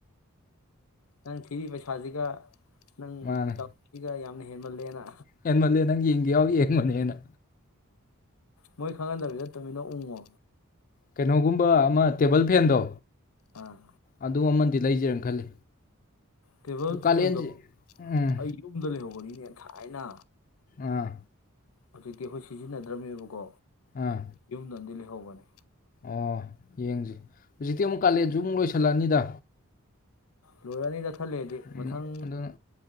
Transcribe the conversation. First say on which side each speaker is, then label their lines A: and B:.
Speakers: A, on the left; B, on the left.
A: ꯅꯪ ꯊꯤꯔꯤꯕ ꯄꯩꯁꯥꯁꯤꯒ ꯅꯪ
B: ꯃꯥꯅꯦ
A: ꯇꯧꯒ ꯌꯥꯝ ꯍꯦ ꯃꯜꯂꯦꯅ
B: ꯍꯦꯟꯃꯜꯂꯦ ꯅꯪ ꯌꯦꯡꯒꯦ ꯌꯥꯎ ꯌꯦꯡꯕꯅꯦꯅ
A: ꯃꯣꯏ ꯈꯪꯍꯟꯗꯕꯤ ꯇꯨꯃꯤꯟꯅ ꯎꯡꯉꯣ
B: ꯀꯩꯅꯣꯒꯨꯝꯕ ꯑꯃ ꯇꯦꯕꯜ ꯐꯦꯟꯗꯣ
A: ꯑꯥ
B: ꯑꯗꯨ ꯑꯃꯗꯤꯃꯗꯤ ꯂꯩꯖꯔꯅ ꯈꯜꯂꯤ
A: ꯇꯦꯕꯜ
B: ꯑꯗꯨ ꯀꯥꯂꯦꯟꯁꯤ
A: ꯐꯦꯟꯗꯣ
B: ꯎꯝ
A: ꯑꯩ ꯌꯨꯝꯗ ꯂꯩꯍꯧꯕꯅꯤꯅꯦ ꯊꯥꯏꯅ
B: ꯑꯥ
A: ꯍꯧꯖꯤꯛꯇꯤ ꯑꯩꯈꯣꯏ ꯁꯤꯖꯤꯟꯅꯗ꯭ꯔꯝꯃꯦꯕꯀꯣ
B: ꯑꯥ
A: ꯌꯨꯝꯗ ꯑꯝꯗꯤ ꯂꯩ ꯂꯩꯍꯧꯕꯅꯦ
B: ꯑꯣ ꯌꯦꯡꯁ ꯍꯧꯖꯤꯛꯇꯤ ꯑꯃꯨꯛ ꯀꯥꯂꯦꯁꯨ ꯑꯃꯨꯛ ꯂꯣꯏꯁꯤꯜꯂꯛꯑꯅꯤꯗ
A: ꯂꯣꯏꯔꯅꯤꯗ ꯈꯔ ꯂꯩꯔꯗꯤ
B: ꯑꯗꯨꯅ
A: ꯃꯊꯪ
B: ꯑꯗꯨꯅ